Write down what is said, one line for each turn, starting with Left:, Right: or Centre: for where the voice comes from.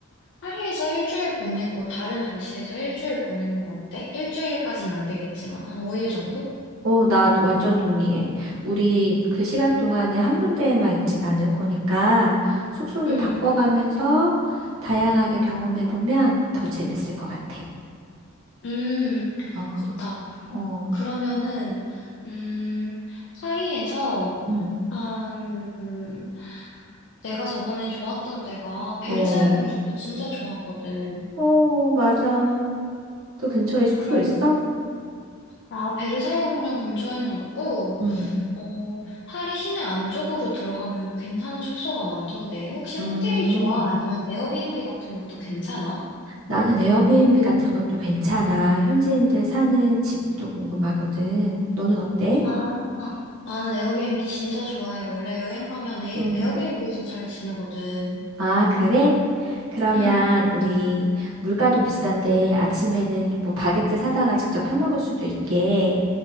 Left: 파리에서 일주일 보내고 다른 도시에서 일주일 보내는 거 어때? 일주일까진 안 되겠지만, 한 5일 정도?
Right: 어, 나 완전 동의해. 우리 그 시간 동안에 한 군데에만 있진 않을 거니까 숙소를
Left: 음,
Right: 바꿔가면서 다양하게 경험해보면 더 재밌을 것 같아.
Left: 음,
Right: 어,
Left: 좋다.
Right: 어.
Left: 그러면은, 음, 파리에서,
Right: 음.
Left: 한, 음, 내가 저번에 좋았던 데가 베르사유
Right: 어,
Left: 궁전도 진짜 좋았거든.
Right: 어, 맞아. 그 근처에 숙소
Left: 그럼,
Right: 있어?
Left: 아, 베르사유 궁전 근처에는 없고,
Right: 응.
Left: 어, 파리 시내 안쪽으로 들어가면 괜찮은 숙소가 많던데, 혹시 호텔이
Right: 음,
Left: 좋아? 아니면 에어비앤비 같은 것도 괜찮아?
Right: 나는 에어비앤비 같은 것도 괜찮아. 현지인들 사는 집도 궁금하거든. 너는 어때?
Left: 아, 아, 나는 에어비앤비 진짜 좋아해. 원래 여행 가면 에이,
Right: 응.
Left: 에어비앤비에서 잘 지내거든.
Right: 아, 그래? 그러면
Left: 응,
Right: 우리 물가도 비싼데 아침에는 뭐 바게트 사다가 직접 해 먹을 수도 있게